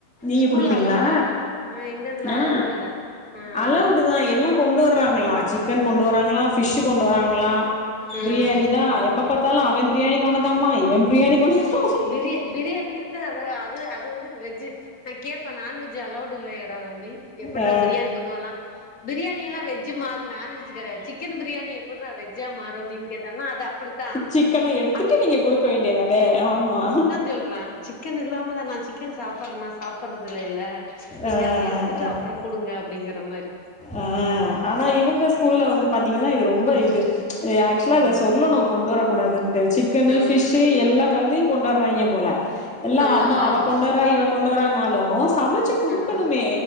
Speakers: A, in the centre; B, on the left.
A: நீங்க
B: ஸ்கூல்ல
A: குடுப்பீங்களா
B: அலவுடு ஆனா ஆ எங்க இதுல
A: ஆ
B: அலவுடு இல்ல ம்
A: அலவுட் தா எல்லா கொண்டு வர்றாங்களா சிக்கன் கொண்டு வர்றாங்களா ஃபிஷ்சு கொண்டு வராங்களா
B: ம்
A: பிரியாணி இதா எப்ப பாத்தாலு அவ பிரியாணி கொண்ணதாம்மா இவ பிரியாணி கொண்டு வந்தாம்
B: பிரியா பிரியாணி வந்து அது அது அது வந்து வெஜ்ஜு நா கேப்ப நான்வெஜ் அலௌடு இல்லயடா தம்பி எப்புட்றா
A: ஆ
B: பிரியாணி கொண்டு வர்லா பிரியாணிலா வெஜ்ஜுமா அது நான் வெஜ்ஜு கெடையாது சிக்கனு பிரியாணி எப்புறா வெஜ்ஜா மாறோ ப்டீனு கேட்டானா அது அப்புடித்தா
A: சிக்கன எடுத்துட்டு
B: அது
A: நீங்க குடுக்க வேண்டியதானே ஆமா
B: சொல்றே சிக்கன் இல்லாமதா நா சிக்கன் சாப்புட்றனா நா சாப்புடறது இல்ல நீங்க
A: ஆ
B: அத எடுத் எடுத்துட்டு
A: ஆ ஆ
B: அப்புறோ குடுங்க அப்டிங்கிற மாரி
A: ஆ ஆனா இவுங்க ஸ்கூல்ல வந்து பாத்தீங்கன்னா இது ரொம்போ இது ஆக்சுவலா இத
B: ம்
A: சொல்லணோ கொண்டு வரக்கூடாதுன்டு சிக்கனு
B: ம்
A: பிஷு எல்லா கலதையு கொண்டு வறாங்க போல எல்லா
B: ம்
A: அம்மா அவ கொண்டு வறா இவ கொண்டு வரான்னாலு சமைச்சு குடுக்கணுமே
B: ம் ம்